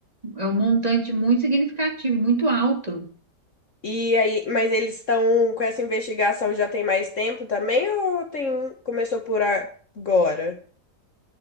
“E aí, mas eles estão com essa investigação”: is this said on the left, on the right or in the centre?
Left